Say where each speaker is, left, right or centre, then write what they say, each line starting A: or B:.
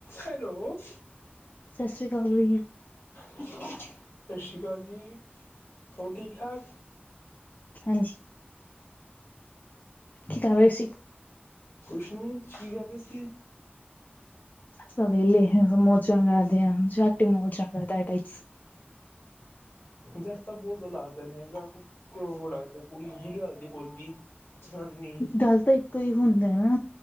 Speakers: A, on the left; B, on the left.
A: Hello
B: ਸਤਿ ਸ੍ਰੀ ਅਕਾਲ ਜੀ
A: ਸਤਿ ਸ਼੍ਰੀ ਅਕਾਲ ਜੀ ਹੋਰ ਠੀਕ ਠਾਕ
B: ਹਾਂਜੀ ਕੀ ਕਰ ਰਹੇ ਸੀਂ
A: ਕੁਛ ਨਹੀਂ ਕੀ ਕਰਦੇ ਸੀ।
B: ਅਸੀਂ ਤਾਂ ਵਿਹਲੇ ਮੌਜਾਂ ਕਰਦੇ ਆ ਝੱਟ ਮੋਜਗਦਾ ਟਾਈਪ
A: ਜੱਟ ਤਾਂ ਬੋਲ ਲੱਗਦਾ ਨੇ ਹੈਗਾ ਲੱਗਦਾ ਕੁੜੀ ਹੀ ਨਹੀਂ ਲੱਗਦੀ ਬੋਲਦੀ, ਜਨਾਨੀ
B: ਗੱਲ ਤਾਂ ਇੱਕੋ ਹੀ ਹੁੰਦਾ ਨਾ,